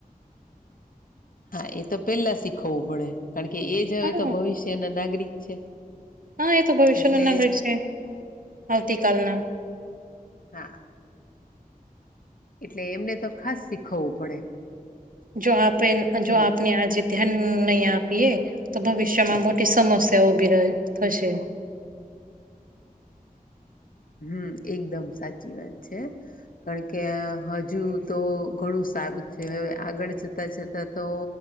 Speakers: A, on the left; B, on the right.
A: હા એ તો પેલા શીખવવું પડે કારણ કે એ જ હવે
B: હા
A: તો ભવિષ્યના નાગરિક છે.
B: હા એ તો ભવિષ્ય
A: એટલે
B: ન નાગરિક છે, આવતીકાલના
A: હા એટલે એમને તો ખાસ શીખવવું પડે.
B: જો આપે જો
A: હમ
B: આપને આજે ધ્યાન નહી આપીએ તો ભવિષ્યમાં મોટી સમસ્યા ઉભી થશે. <inaudible>
A: હું એકદમ સાચી વાત છે. કારણ કે હજુ તો ઘણું સારું છે, હવે આગળ જતા જતા તો